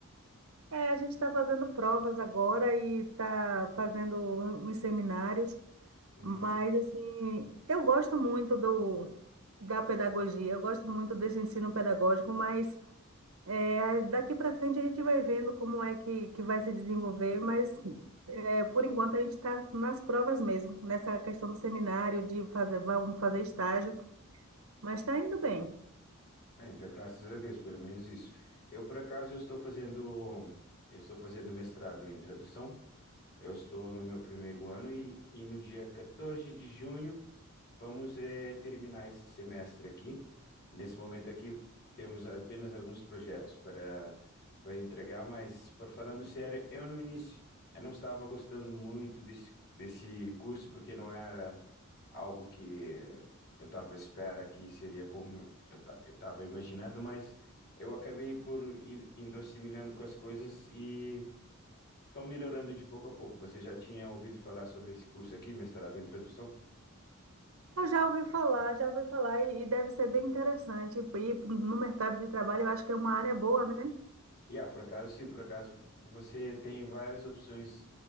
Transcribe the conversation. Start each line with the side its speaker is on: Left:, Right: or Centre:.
Right: É, a gente está fazendo provas agora e está fazendo uns seminários,
Left: Uhum.
Right: mas, assim, eu gosto muito do, da pedagogia, eu gosto muito desse ensino pedagógico, mas É, daqui para frente a gente vai vendo como é que, que vai se desenvolver, mas é, por enquanto a gente está nas provas mesmo, nessa questão do seminário, de fazer, vamos fazer estágio, mas está indo bem.
Left: Ainda, graças a Deus, pelo menos isso. Eu, por acaso, eu estou fazendo, eu estou fazendo mestrado em tradução. Eu estou no meu primeiro ano e, e no dia 14 de junho Vamos eh, terminar esse semestre aqui. Nesse momento aqui, temos apenas alguns projetos para, para entregar, mas, para falando sério, eu no início eu não estava gostando muito desse, desse curso, porque não era algo que eu estava à espera que seria como eu estava imaginando, mas eu acabei por ir, indo assimilando com as coisas e estão melhorando de pouco a pouco. Você já tinha ouvido falar sobre esse curso aqui, mestrado em tradução?
Right: Eu já ouvi falar, já ouvi falar, e, e deve ser bem interessante. E no mercado de trabalho eu acho que é uma área boa, né?
Left: E ah, por acaso, sim, por acaso você tem várias opções